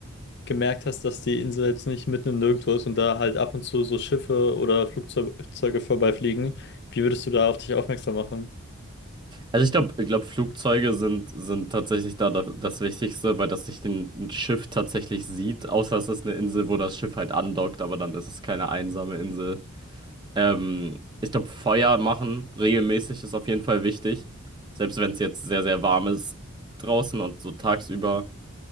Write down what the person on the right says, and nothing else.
Also ich glaube, ich glaub, Flugzeuge sind, sind tatsächlich da da- das Wichtigste, weil das nicht ein Schiff tatsächlich sieht, außer es ist eine Insel, wo das Schiff halt andockt, aber dann ist es keine einsame Insel. Ähm, ich glaube, Feuer machen regelmäßig ist auf jeden Fall wichtig, selbst wenn es jetzt sehr, sehr warm ist draußen und so tagsüber,